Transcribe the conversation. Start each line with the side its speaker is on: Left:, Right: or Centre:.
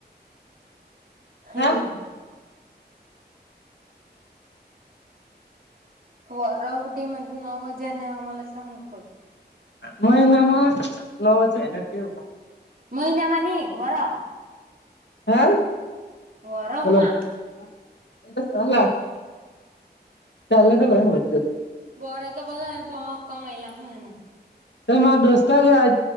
Right: હમ.
Left: હે
Right: વરહ સુધીમાં નવ હજાર જેવા મલે તો હુ કરું
Left: મહિનામાં લજ કે
Right: મહિનામાં ની વરહ
Left: હે?
Right: વરહમાં.
Left: હલો <unintelligible> ચાલને <unintelligible>
Right: બોરે તો બધા બહુ કમાયેલા હું એમાં.
Left: ત મારા દોસ્તા આજ